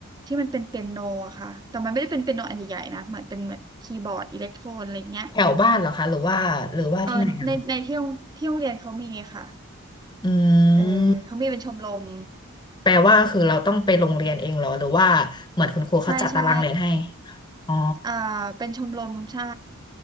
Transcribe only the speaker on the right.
ที่มันเป็นเปียโนอะค่ะแต่มันไม่ได้เป็นเปียโนอันใหญ่ๆนะเหมือนเป็นเหมือนคีย์บอร์ดอิเล็กโทรนอะไรเงี้ย
เออในในที่โรงที่โรงเรียนเขามีค่ะ
เออเขามีเป็นชมรม
ใช่ใช่
อ่าเป็นชมรมใช่